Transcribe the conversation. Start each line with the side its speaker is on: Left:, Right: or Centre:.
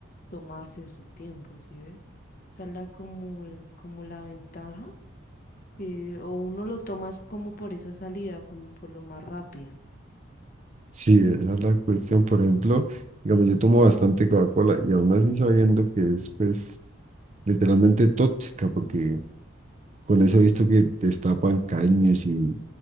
Left: tomarse su tiempo, ¿sí ves? Esa es la como, el- como la ventaja, que o uno lo tomas como por esa salida, como por lo más rápido.
Right: Sí, esa es la cuestión. Por ejemplo, digamos, yo tomo bastante Coca-Cola y aún así sabiendo que es pues literalmente tóxica, porque Con eso he visto que destapan caños y,